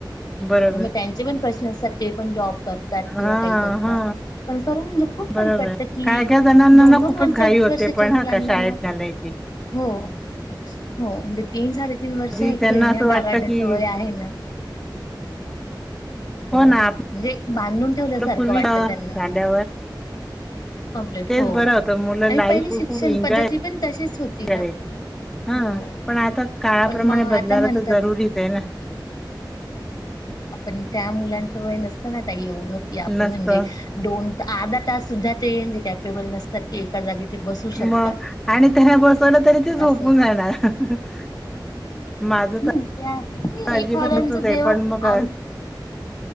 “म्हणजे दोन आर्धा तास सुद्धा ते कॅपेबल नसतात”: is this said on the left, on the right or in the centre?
Left